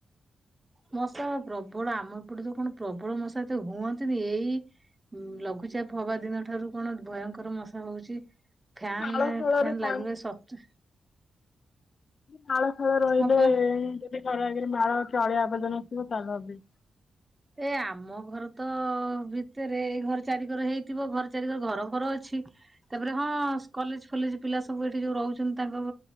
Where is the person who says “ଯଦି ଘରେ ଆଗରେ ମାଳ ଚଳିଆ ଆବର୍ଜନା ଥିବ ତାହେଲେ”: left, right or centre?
Left